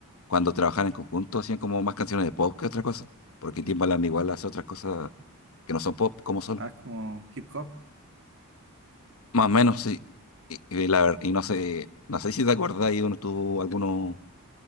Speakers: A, on the left; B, on the right.
A: cuando trabajaban en conjunto hacían como más canciones de pop que otra cosa, porque Timbaland igual hace otras cosas que no son pop como solo.
B: Ah, es como hip hop.
A: Más o menos, sí. Y, y la ver- y no sé, no sé si te acuerdas, ahí uno tuvo alguno